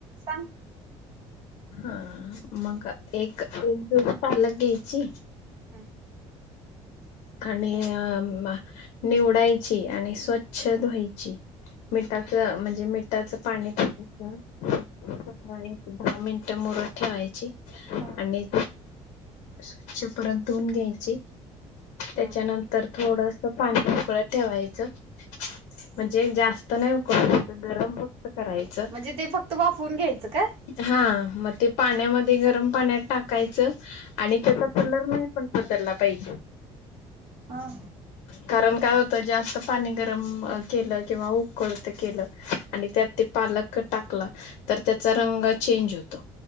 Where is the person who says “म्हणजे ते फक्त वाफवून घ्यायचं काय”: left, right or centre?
Right